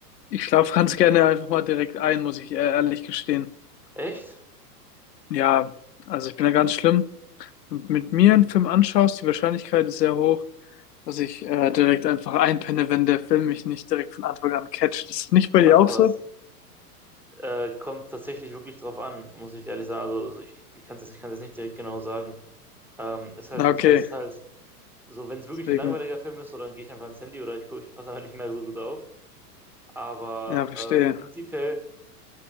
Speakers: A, on the left; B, in the centre.
A: ich schlafe <laughs> ganz gerne einfach mal direkt ein, muss ich ehrlich gestehen.
B: Echt?
A: Ja, also ich bin da ganz schlimm. Wenn du mit mir einen Film anschaust, die Wahrscheinlichkeit ist sehr hoch, dass ich äh, direkt einfach einpenne, wenn der Film mich nicht direkt von Anfang an catcht. Ist das nicht bei dir
B: Ach
A: auch
B: was.
A: so?
B: Äh, kommt tatsächlich wirklich drauf an, muss ich ehrlich sagen. Also ich, ich kann es jetzt, ich kann's jetzt nicht direkt genau sagen. Ähm, ist halt
A: Na,
B: so
A: okay.
B: teils, teils. So, wenn es wirklich
A: Deswegen,
B: ein langweiliger Film ist, so, dann gehe ich einfach ins Handy oder ich, guck- ich passe einfach nicht mehr so gut auf. Aber
A: ja, verstehe.
B: äh, prinzipiell,